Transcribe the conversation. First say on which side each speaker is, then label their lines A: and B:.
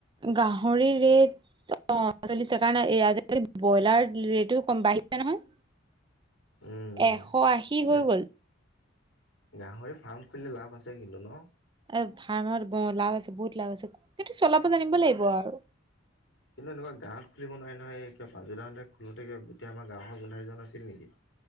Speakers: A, on the right; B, on the left.
A: গাহৰিৰ ৰেট অ চলিছে কাৰণ আজিকালি ব্ৰইলাৰ ৰেটো কম বাঢ়িছে নহয়।
B: উম উম
A: এশ আশী
B: এই
A: হৈ গ'ল।
B: গাহৰি ফাৰ্ম খুলিলে লাভ আছে কিন্তু ন?
A: এ ভাাত লাভ আছে বহুত লাভ আছে কিু চলাব জানিব লাগিব আৰু।
B: <unintelligible> কিন্তু এনেকাৱা গাঁৱত খুলিব নহয় এ ক পাাবজাৰাহতে খোলোতে গোটেই আমাৰ গাঁৱৰ গোধীজন আছিল নেকি?